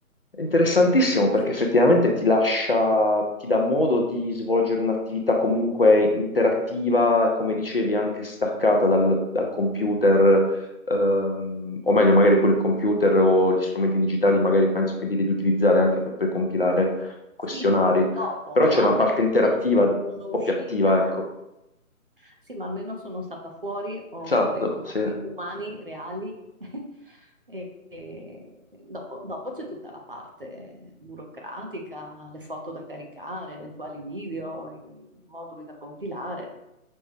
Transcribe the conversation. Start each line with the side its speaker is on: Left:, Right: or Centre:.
Left: È Interessantissimo perché
Right: Sì,
Left: effettivamente ti lascia, ti dà modo di svolgere un'attività comunque interattiva e come dicevi anche staccata dal, dal computer, ehm, o meglio magari poi il computer o gli strumenti digitali magari penso che li devi utilizzare anche per precompilare questionari,
Right: Sì, dopo,
Left: però
Right: però
Left: c'è una
Right: almeno,
Left: parte interattiva
Right: almeno sono,
Left: un
Right: sono uscita.
Left: po' più attiva, ecco.
Right: Sì, ma almeno sono stata fuori, ho
Left: Esatto,
Right: avuto dei contatti
Left: sì.
Right: umani, reali. <laughs> E, e dopo, dopo c'è tutta la parte burocratica, le foto da caricare, eventuali video, i moduli da compilare.